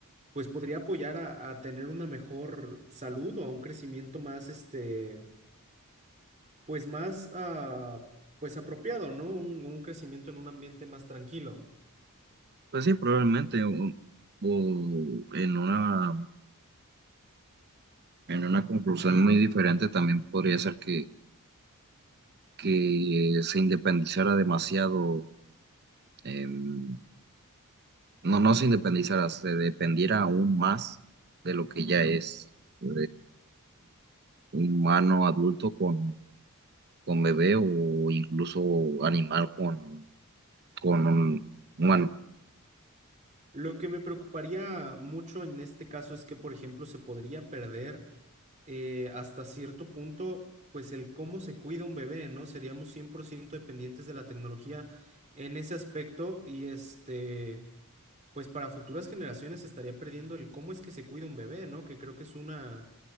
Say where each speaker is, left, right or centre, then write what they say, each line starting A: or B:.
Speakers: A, on the right (about 35°); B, on the right (about 50°).
A: pues podría apoyar a, a tener una mejor salud o a un crecimiento más, este, pues más, ah, pues apropiado, ¿no? Un, un crecimiento en un ambiente más tranquilo.
B: Pues sí, probablemente o, o en una en una conclusión muy diferente también podría ser que, que se independizara demasiado, em, no, no se independizara, se dependiera aún más de lo que ya es eh, un humano adulto con, con bebé o incluso animal con con un humano.
A: Lo que me preocuparía mucho en este caso es que, por ejemplo, se podría perder eh, hasta cierto punto, pues el cómo se cuida un bebé, ¿no? Seríamos 100% dependientes de la tecnología en ese aspecto y este... Pues para futuras generaciones estaría perdiendo el cómo es que se cuida un bebé, ¿no? Que creo que es una,